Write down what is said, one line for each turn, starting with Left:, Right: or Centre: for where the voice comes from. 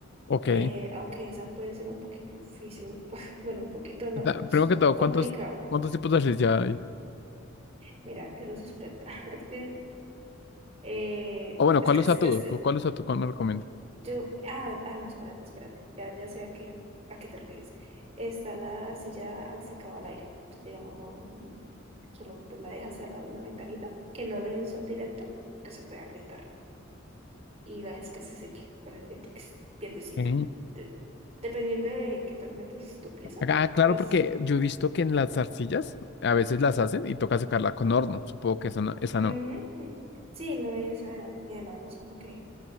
Left: Ok.
Right: Eh, aunque esa puede ser un poquito difícil, <laughs> bueno, un poquito no,
Left: Da- Primero
Right: es
Left: que todo,
Right: complicado.
Left: ¿cuántos, cuántos tipos de arcilla ya hay?
Right: Mira, que nos espeta. <laughs> Es que, eh,
Left: O bueno,
Right: es
Left: ¿cuál
Right: que
Left: usa
Right: es, es-
Left: tú? ¿Cu- ¿Cuál usa tú? ¿Cuál me recomiendas?
Right: Yo, ah, ah, no, espérate, espérate. Ya, ya sé a qué, a qué te refieres. Está la arcilla al secado al aire. Entonces, digamos, no, mm, solo pues, la dejas al lado de una ventanita, que no le dé el sol directo, porque se puede agrietar. Y la dejas que se seque con el dientex- dientecito.
Left: Ok.
Right: De- dependiendo de qué tan grande es tu pieza,
Left: Ah, claro,
Right: pues,
Left: porque yo he visto que en las arcillas a veces las hacen y toca sacarla con horno. Supongo que esa no, esa
Right: ujú,
Left: no.
Right: mm. Sí, no, y esa, y además no es como que